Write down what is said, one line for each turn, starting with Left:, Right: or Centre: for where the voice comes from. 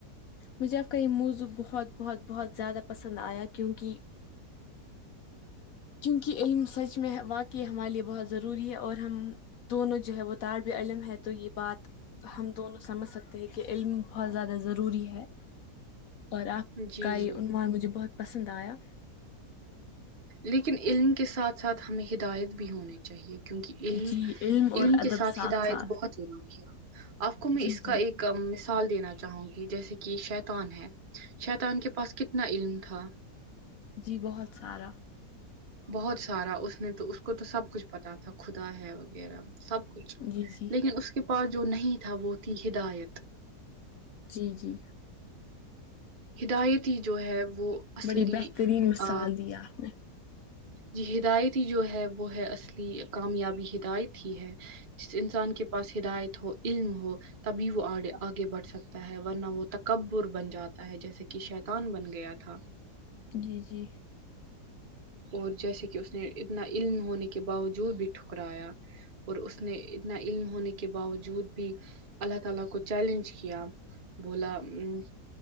Left: مجھے آپ کا یہ موضوع بہت بہت بہت زیادہ پسند آیا کیونکہ کیونکہ علم سچ میں واقعی ہمارے لیے بہت ضروری ہے اور ہم دونوں جو ہے وہ طالب علم ہے تو یہ بات ہم دونوں سمجھ سکتے ہیں کہ علم بہت زیادہ ضروری ہے اور آپ
Right: جی
Left: کا یہ
Right: جی
Left: عنوان مجھے بہت پسند آیا
Right: لیکن علم کے ساتھ ساتھ ہمیں ہدایت بھی ہونی چاہیے کیونکہ علم
Left: جی اور
Right: علم کے
Left: ادب
Right: ساتھ ہدایت
Left: ساتھ
Right: بہت ضروری ہے آپ کو میں
Left: جی
Right: اس
Left: جی
Right: کا ایک کا مثال دینا چاہوں گی جیسے کی شیطان ہے شیطان کے پاس کتنا علم تھا
Left: جی بہت سارا
Right: بہت سارا اس نے تو اس کو تو سب کچھ پتا تھا خدا ہے وغیرہ سب کچھ
Left: جی جی
Right: لیکن اس کے پاس جو نہیں تھا وہ تھی ہدایت
Left: جی جی
Right: ہدایتی جو ہے وہ اصلی
Left: بڑی بہترین مثال
Right: آ،
Left: دیا آپ نے
Right: جی ہدایتی جو ہے وہ ہے اصلی کامیابی ہدایت ہی ہے جس انسان کے پاس ہدایت ہو علم ہو تبھی وہے آگے بڑھ سکتا ہے ورنہ وہ تکبر بن جاتا ہے جیسے کہ شیتان بن گیا تھا
Left: جی جی
Right: اور جیسے کہ اس نے اتنا علم ہونے کے باوجود بھی ٹھکرایا اور اس نے اتنا علم ہونے کے باوجود بھی اللہ تعالی کو چیلنج کیا بولا امم